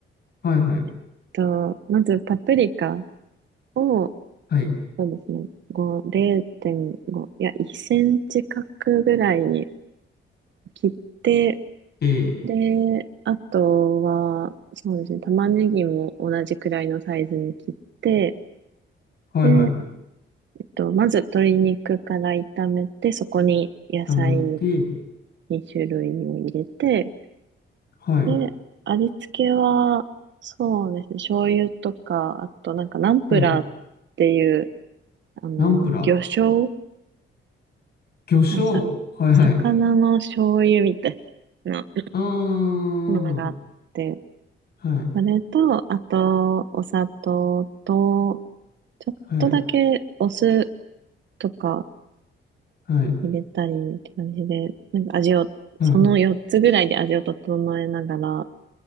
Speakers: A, on the left (about 50°); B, on the right (about 65°).
A: はい、はい、
B: えっと、まずパプリカを、
A: はい。
B: そうですね。5、0.5、いや、1センチ角ぐらいに切って、
A: で、
B: で、あとは、そうですね、玉ねぎも同じくらいのサイズに切って、
A: はい、
B: で、
A: はい、はい。
B: えっと、まず鶏肉から炒めて、そこに野菜
A: 炒めて、
B: 2種類を入れて、
A: はい、
B: で、味付けは、そうですね、醤油とか、あとなんかナンプラーっていう、
A: はい。
B: あの、
A: ナンプラー、
B: 魚醤
A: 魚醤、
B: あの、さ、
A: はい、
B: 魚の醤油みたいな
A: はい。うーん、
B: ものがあって、
A: はい、
B: それと、あと、お砂糖と、ちょっとだけお酢
A: はい、
B: とか
A: はい。
B: 入れたりって感じで、なんか味を、
A: はい
B: その4つぐらいで味を整えながら、